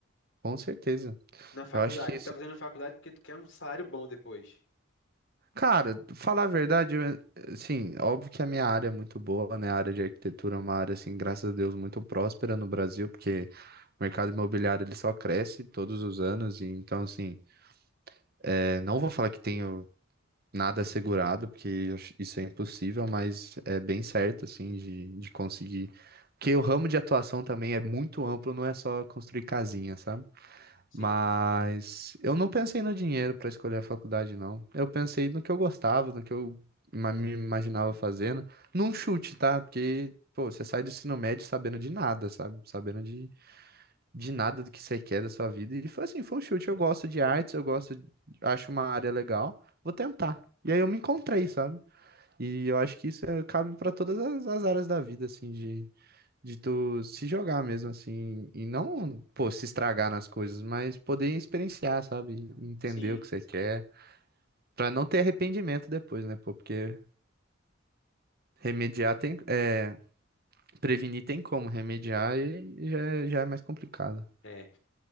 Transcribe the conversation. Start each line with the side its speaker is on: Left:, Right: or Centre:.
Right: Com certeza.
Left: Na faculdade,
Right: Eu acho que isso
Left: tá fazendo faculdade porque tu quer um salário bom depois.
Right: Cara, falar a verdade, eu- assim, óbvio que a minha área é muito boa, né? A área de arquitetura é uma área, assim, graças a Deus, muito próspera no Brasil, porque o mercado imobiliário ele só cresce todos os anos, e então, assim, é, não vou falar que tenho nada assegurado, porque eu acho- isso é impossível, mas é bem certo, assim, de, de conseguir. Porque o ramo de atuação também é muito amplo, não é só construir casinha, sabe?
Left: Sim,
Right: Mas eu não pensei no dinheiro para escolher a faculdade, não. Eu pensei no que eu gostava, no que eu ima- me imaginava fazendo. Num chute, tá? Porque, pô, você sai do ensino médio sabendo de nada, sabe? Sabendo de, de nada do que você quer da sua vida. E foi assim, foi um chute. Eu gosto de artes, eu gosto, de- acho uma área legal, vou tentar. E aí eu me encontrei, sabe? E eu acho que isso é- cabe para todas as, as áreas da vida, assim, de de tu se jogar mesmo, assim, e não, pô, se estragar nas coisas, mas poder experienciar, sabe? Entender
Left: sim.
Right: o que você quer, pra não ter arrependimento depois, né, pô? Porque remediar tem, é, prevenir tem como, remediar e já, é- já é mais complicado.
Left: É.